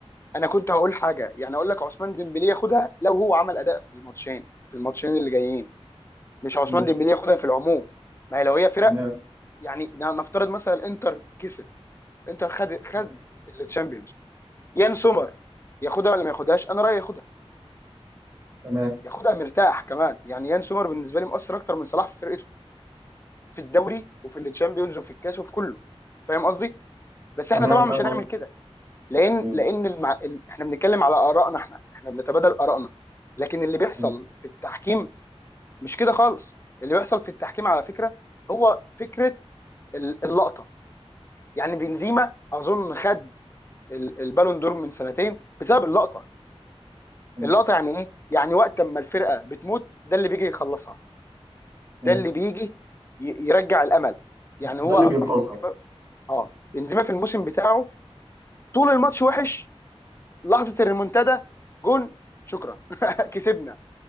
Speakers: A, on the left (about 25°); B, on the right (about 30°).
A: انا كنت هقول حاجه يعني اقول لك عثمان ديمبلي ياخدها لو هو عمل اداء في الماتشين في الماتشين اللي جايين مش عثمان
B: مم.
A: ديمبلي ياخدها في العموم ما هي لو هي فرق
B: تمام
A: يعني ن- نفترض مثلا الانتر كسب انتر خد خد
B: تمام
A: التشامبيونز يان سومر ياخدها ولا ما ياخدهاش انا رايي ياخدها
B: تمام
A: ياخدها مرتاح كمان يعني يان سومر بالنسبه لي مؤثر اكتر من صلاح في فرقته في الدوري وفي التشامبيونز وفي الكاس وفي كله فاهم قصدي بس
B: تمام
A: احنا طبعا
B: فاهم
A: مش هنعمل
B: قصدي
A: كده لان
B: مم.
A: لان المع... ال- احنا بنتكلم على ارائنا احنا احنا بنتبادل ارائنا لكن اللي بيحصل
B: مم.
A: في التحكيم مش كده خالص اللي بيحصل في التحكيم على فكره هو فكره ال- اللقطه يعني بنزيما اظن خد ال- البالون دور من سنتين بسبب اللقطه
B: مم.
A: اللقطه يعني ايه يعني وقت ما الفرقه بتموت ده اللي بيجي يخلصها
B: مم.
A: ده اللي بيجي ي- يرجع الامل يعني
B: ده
A: هو
B: اللي
A: اصلا
B: بينقذها
A: بنزيما اه بنزيما في الموسم بتاعه طول الماتش وحش لحظه الريمونتادا جون شكرا <laughs> كسبنا